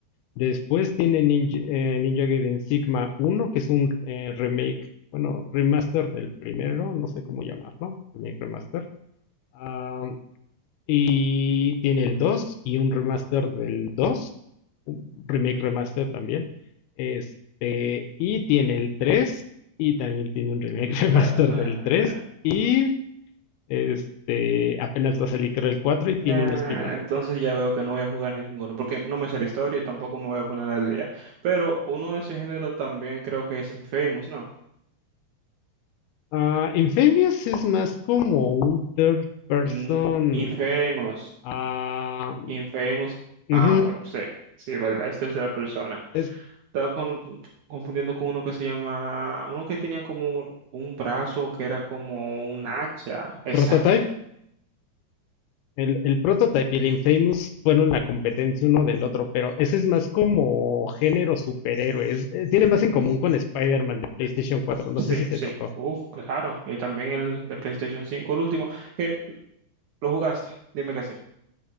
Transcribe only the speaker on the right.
Ah,
Nah,
nah, nah, Entonces
ya veo que no voy a jugar ninguno, porque no me sé la historia y tampoco me voy a poner al día. Pero uno de ese género también creo que es Infamous, ¿no?
Mm, Infamous,
Infamous.
Ah, bueno, sí, sí, verdad, es tercera persona.
Estaba con- confundiendo con uno que se llama, uno que tenía como un brazo que era como un hacha. Exacto,
sí,
sí.
Uf, claro. Y también el de PlayStation 5, el último, que lo jugaste, dime que sí.